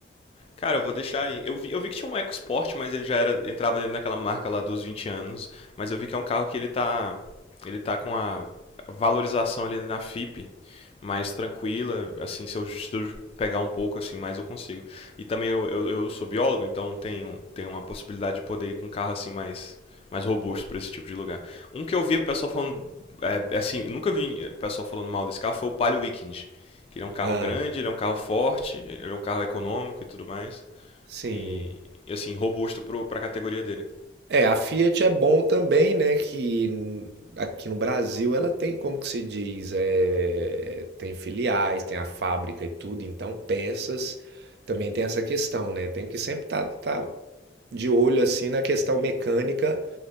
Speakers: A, on the left (about 30°); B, on the right (about 60°).
A: Cara, eu vou deixar aí. Eu vi, eu vi que tinha um EcoSport, mas ele já era entrava dentro daquela marca lá dos 20 anos. Mas eu vi que é um carro que ele tá ele tá com a valorização ali na FIP mais tranquila, assim, se eu, se eu pegar um pouco assim, mais eu consigo. E também eu, eu, eu sou biólogo, então tenho, tenho uma possibilidade de poder ir com um carro assim mais mais robusto para esse tipo de lugar. Um que eu vi o pessoal falando é, é assim, nunca vi o pessoal falando mal desse carro foi o Palio Weekend. Que ele é um carro
B: Ah,
A: grande, ele é um carro forte, ele é um carro econômico e tudo mais.
B: sim.
A: E, e, assim, robusto pro, pra categoria dele.
B: É, a Fiat é bom também, né, que n- aqui no Brasil ela tem, como que se diz, é tem filiais, tem a fábrica e tudo, então peças também tem essa questão, né? Tem que sempre estar tá, tá de olho assim na questão mecânica